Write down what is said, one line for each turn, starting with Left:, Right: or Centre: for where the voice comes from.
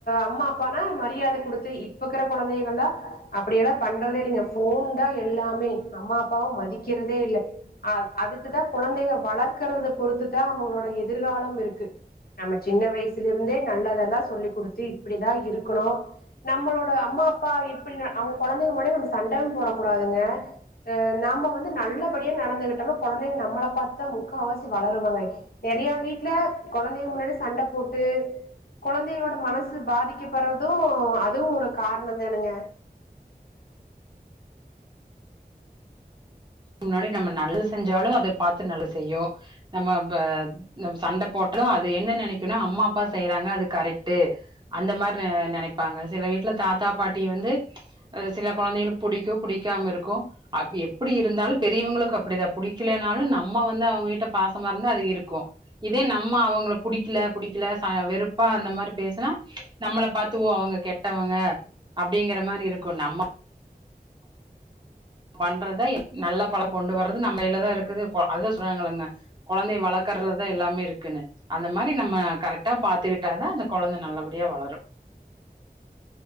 Left: அம்மா அப்பானா மரியாத குடுத்து இப்பக்கிற கொழந்தைகல அப்படியெல்லா பண்றதே இல்லங்க ஃபோன்தா எல்லாமே அம்மா அப்பாவ மதிக்கிறதே இல்ல அ அதுக்குதா கொழந்தைக வளக்கறத பொறுத்துதா அவங்களோட எதிர்காலம் இருக்கு நம்ம சின்ன வயசுல இருந்தே நல்லதெல்லா சொல்லி குடுத்து இப்டிதா இருக்கணு நம்மளோட அம்மா அப்பா எப்டி ந நம்ம கொழந்தைங்க முன்னாடி நம்ம சண்டன் போட கூடாதுங்க நாம்ம வந்து நல்லபடியா நடந்துகிட் அந்த கொழந்தைங்க நம்மள பாத்து முக்காவாசி வளருவாங்க நெறயா வீட்ல கொழந்தைங்க முன்னாடி சண்ட போட்டு கொழந்தைகளோட மனசு பாதிக்கப்பட்றதூ அதுவு ஒரு காரணோ தானங்க
Right: முன்னாடி நம்ம நல்லது செஞ்சாலு அத பாத்து நல்லது செய்யு நம்ம இப்ப நம்ம சண்ட போட்டாலு அது என்ன நெனைக்குன்னா அம்மா அப்பா செய்றாங்க அது கரெக்டு அந்த மாரி நெனைப்பாங்க சில வீட்ல தாத்தா பாட்டி வந்து சில கொழந்தைகளுக்கு புடிக்கு புடிக்காம இருக்கு அ எப்டி இருந்தாலு பெரியவங்களுக்கு அப்டிதா புடிக்கலனாலு நம்ம வந்து அவங்க கிட்ட பாசமா இருந்தா அது இருக்கு இதே நம்ம அவங்கள புடிக்கல புடிக்கல வெறுப்பா அந்த மாரி பேசுனா நம்மள பாத்து ஓ அவுங்க கெட்டவங்க அப்டிங்கிற மாரி இருக்கு நம்ம பண்றத நல்ல பழ கொண்டு வர்றது நம்ம கைலதா இருக்குது அதா சொல்றாங்கல்லங்க கொழந்தய வளக்கறலதா எல்லாமே இருக்குன்னு அந்த மாரி நம்ம கரெக்டா பாத்துக்கிட்டாதா அந்த கொழந்த நல்லபடியா வளரு